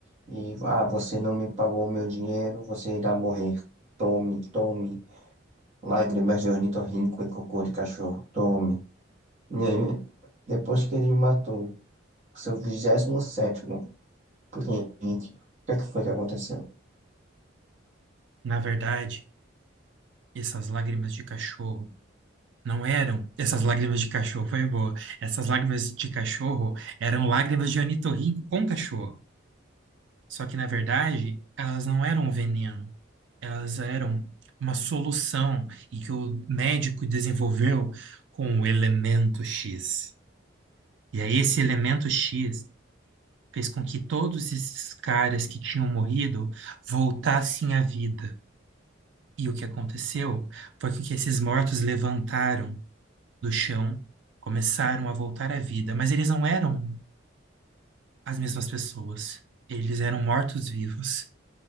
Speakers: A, on the right (about 35°); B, on the right (about 65°).
A: E, ah, você não me pagou o meu dinheiro, você irá morrer. Tome, tome. Lágrimas de ornitorrinco e cocô de cachorro. Tome. E aí, depois que ele matou seu vigésimo sétimo cliente, o que é que foi que aconteceu?
B: Na verdade, essas lágrimas de cachorro Não eram essas lágrimas de cachorro, foi boa. Essas lágrimas de cachorro eram lágrimas de ornitorrinco com cachorro. Só que, na verdade, elas não eram um veneno, elas eram uma solução e que o médico desenvolveu com o elemento X. E aí, esse elemento X fez com que todos esses caras que tinham morrido voltassem à vida. E o que aconteceu foi que esses mortos levantaram do chão, começaram a voltar à vida, mas eles não eram as mesmas pessoas. Eles eram mortos-vivos.